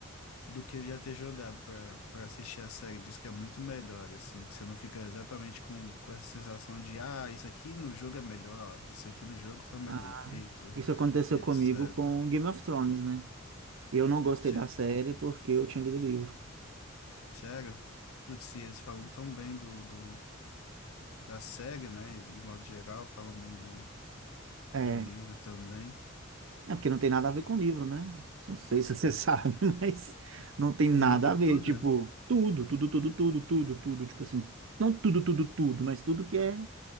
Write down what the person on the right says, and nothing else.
Ah,
isso aconteceu
comigo com Game of Thrones, né? Eu não gostei
da série porque eu tinha lido o livro.
É,
é porque não tem nada a ver com o livro, né? Não sei se você <laughs> sabe, mas não tem nada
a
ver. Tipo, tudo, tudo, tudo, tudo, tudo, tudo. Tipo assim, não tudo, tudo, tudo, mas tudo que é,